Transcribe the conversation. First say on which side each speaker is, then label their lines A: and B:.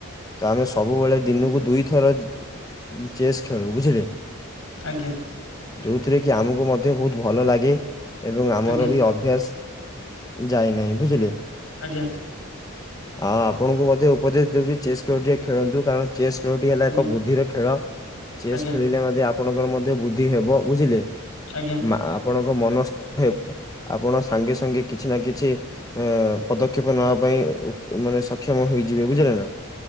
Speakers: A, on the left; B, on the left.
A: ତ ଆମେ ସବୁବେଳେ ଦିନକୁ ଦୁଇଥର ଚେସ୍ ଖେଳୁ ବୁଝିଲେ।
B: ଆଜ୍ଞା।
A: ଯୋଉଥିରେ କି ଆମକୁ ମଧ୍ୟ ବୋହୁତ ଭଲ ଲାଗେ ଏବଂ ଆମର
B: ଆଜ୍ଞା ଆଜ୍ଞା ଆଜ୍ଞା
A: ବି ଅ ଅଭ୍ୟାସ ଯାଏନାହିଁ ବୁଝିଲେ।
B: ଆଜ୍ଞା।
A: ଆଉ ଆପଣଙ୍କୁ ମଧ୍ୟ ଉପଦେଶ ଦେବି ଯେ ଚେସ୍ ଖେଳ ଟିକେ ଖେଳନ୍ତୁ କାରଣ ଚେସ୍ ଖେଳଟି ହେଲା
B: ଆଜ୍ଞା
A: ଏକ ବୁଦ୍ଧିର ଖେଳ ଚେସ୍
B: ଆଜ୍ଞା
A: ଖେଳିଲେ ମଧ୍ୟ ଆପଣଙ୍କର ମଧ୍ୟ ବୁଦ୍ଧି ହେବ ବୁଝିଲେ।
B: ଆଜ୍ଞା।
A: ମାଆ ଆପଣଙ୍କ ମନ <inaudible> ହେବ। ଆପଣ ସାଙ୍ଗେ ସାଙ୍ଗେ କିଛି ନା କିଛି ଏ-ପଦକ୍ଷେପ ନେବା ପାଇଁ ଉ ମାନେ ସକ୍ଷମ ହୋଇଯିବେ ବୁଝିଲେ ନା?